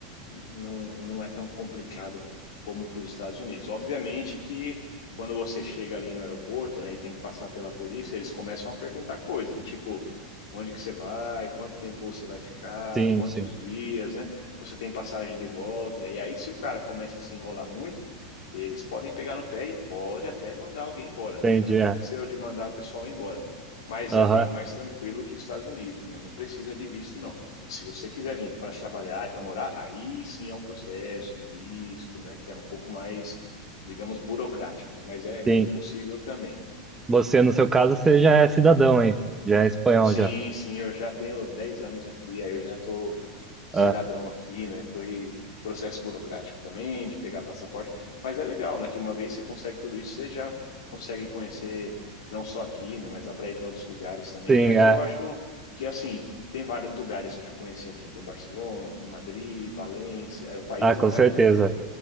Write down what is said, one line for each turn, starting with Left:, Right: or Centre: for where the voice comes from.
Left: não, não é tão complicado como para os Estados Unidos. Obviamente que quando você chega ali no aeroporto, né, e tem que passar pela polícia, eles começam a perguntar coisa, né? Tipo, onde que você vai, quanto tempo você vai ficar,
Right: Sim,
Left: quantos
Right: sim,
Left: dias, né? você tem passagem de volta. E aí, se o cara começa a se enrolar muito, eles podem pegar no pé e pode até mandar alguém embora, né?
Right: entendi.
Left: Já aconteceu
Right: é.
Left: de mandar o pessoal embora. Mas
Right: Aham,
Left: é bem mais tranquilo que os Estados Unidos, né? Não precisa de visto, não. Se você quiser vir para trabalhar e para morar, aí sim é um processo de visto, né? Que é um pouco mais, digamos, burocrático, né? Mas é, mas
Right: sim.
Left: é possível também.
Right: Você, no seu caso, você já é cidadão hein já é espanhol
Left: Sim,
Right: já.
Left: sim, eu já tenho 10 anos aqui, aí eu já estou cidadão
Right: Ah,
Left: aqui, né? Foi processo burocrático também de pegar passaporte, mas é legal, né? Que uma vez você consegue tudo isso, você já consegue conhecer não só aqui, né? Mas dá para ir para outros lugares também.
Right: sim,
Left: E aqui
Right: é.
Left: eu acho que assim tem vários lugares para conhecer aqui. Tem Barcelona, tem Madrid, Valência. O país
Right: Ah, com
Left: é um país
Right: certeza.